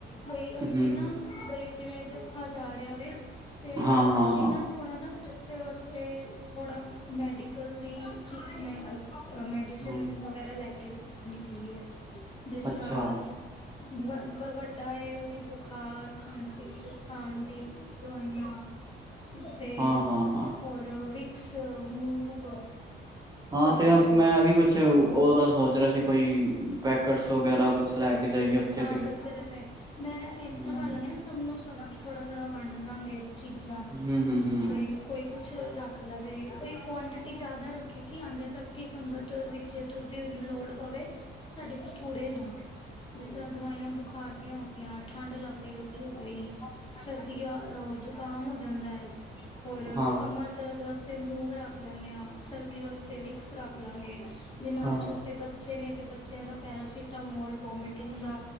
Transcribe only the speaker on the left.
ਬਈ ਅਸੀਂ
ਨਾ, ਬਈ ਜਿਵੇਂ ਜਥਾ ਜਾ ਰੇਆ ਵੇ, ਤੇ
ਅਸੀ
ਨਾ ਥੋੜਾ ਨਾ ਜੱਥੇ ਵਾਸਤੇ, ਥੋੜਾ, ਮੈਡੀ ਕਲ, ਦੀ, ਮੈ, ਅ ਮੈਡੀਸਨ
ਵਗੈਰਾ, ਲੈ ਕੇ ਨਿਕਲੀ ਏ ਜਿਸ
ਤਰਾਂ, ਵ, ਬ, ਵਡ ਡਾਏ, ਓਦੀ ਬੁਖਾਰ ਖਾਂਸੀ, ਜੁਕਾਮ ਦੀ ਦਵਾਈਆਂ ਤੇ,
ਹੋਰ ਵਿਕਸ, ਮੂਵ
ਹੋਰ
ਹਾਂ
ਬੱਚੇਆਂ ਦੇ ਪੇ, ਮੈਂ
ਏਸ ਤਰਾਂ ਕੱਰ ਲਾਂਗੇ ਨਾ ਸਭ ਨੂੰ ਸਭ ਥੋੜਾ-ਥੋੜਾ ਵਾਡ ਦਾਂਗੇ ਚੀਜਾ,
ਬਈ ਕੋਈ ਕੁਛ ਰੱਖ ਲਵੇ, ਬਈ ਕੁਟਟੀ ਜਾਦਾ ਰੱਖੇ ਕੀ ਆਦੇਆ ਤੱਕ ਕਿ ਸੰਗਤ ਵਿੱਚ ਤੁਰਦੇ ਹੋਏ ਨੂੰ ਲੋੜ ਪਵੇ, ਸਾਡੇ ਕੋ ਥੂੜੇ ਨਾ। ਜਿਸ ਤਰਾਂ ਦਵਾਈਆਂ ਬੁਖਾਰ ਦੀਆਂ ਹੋ ਗਿਆਂ, ਠੰਢ ਲੱਗ ਗਈ ਉਦੀ ਹੋ ਗਈ ਸਰਦੀਆਂ ਅ ਜ਼ੁਕਾਮ ਹੋ ਜਾਂਦੈ, ਅੋਰ
ਕਮਰ ਦਰਦ ਵਸ ਫੇ ਮੂੰਵ ਰੱਖ ਲੈਂਣੇ ਆ, ਸਰਦੀ ਵਸਤੇ ਵਿਕਸ ਰੱਖ ਲਾਂਗੇ, ਜੇ ਨਾਲ
ਛੋਟੇ ਬ ਚੇ ਨੇ ਤੇ ਬੱਚੇਆਂ ਦਾ ਪੈਰਾਸੀਟਾਮੋਲ ਵੋਮਟਿੰਗ ਦਾ